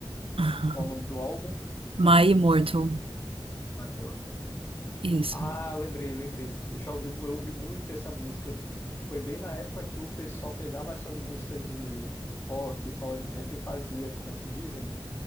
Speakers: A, on the right; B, on the left.
A: Aham.
B: qual o nome do álbum?
A: My Immortal.
B: My Mortal.
A: Isso.
B: Ah, lembrei, lembrei. Eu já ouvi, mu- eu ouvi muito essa música. Foi bem na época que o pessoal pegava essas músicas de rock, power metal e fazia, como é que dizem?